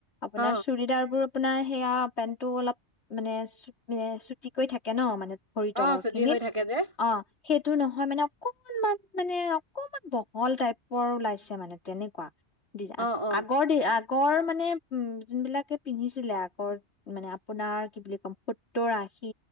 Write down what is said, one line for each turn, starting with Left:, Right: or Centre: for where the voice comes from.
Left: আপোনাৰ
Right: অ
Left: চুৰিদাৰ বোৰ আপোনাৰ সেইয়া পেণ্টটো অলপ মানে চু মানে চুটি কৰি থাকে ন মানে ভৰি তলৰ
Right: অ ছুটি
Left: খিনিত।
Right: হৈ থাকে যে
Left: অ সেই টো নহয় মানে অকনমান মানে অকনমান বহল টাইপৰ ওলাইছে মানে তেনেকুৱা দি
Right: অ অ
Left: আগৰ দি আগৰ মানে উম যোনবিলাকে পিন্ধিছে ছিলে আকৌ মানে আপোনাৰ কি বুলি ক'ম সত্তৰ আশী